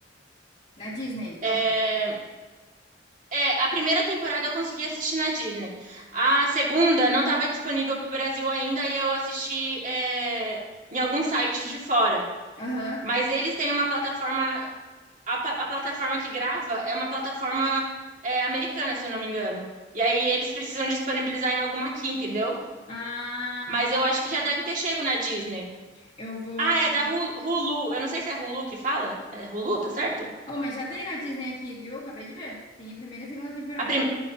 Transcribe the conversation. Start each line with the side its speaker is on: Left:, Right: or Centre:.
Left: Na Disney,
Right: é,
Left: ou não?
Right: É, a primeira temporada eu consegui assistir na Disney. A segunda não estava disponível para o Brasil ainda e eu assisti é, em algum site de fora.
Left: Aham.
Right: Mas eles têm uma plataforma, a, pa- a plataforma que grava é uma plataforma é, americana, se eu não me engano. E aí eles precisam disponibilizar em alguma aqui, entendeu?
Left: Ah,
Right: Mas eu acho que já deve ter chego na Disney.
Left: eu vou.
Right: Ah, é da Hulu. Hulu. Eu não sei se é Hulu que fala. É Hulu, tá certo?
Left: Oh, mas já tem na Disney aqui, viu? Acabei de ver. Tem a primeira e a segunda temporada.
Right: A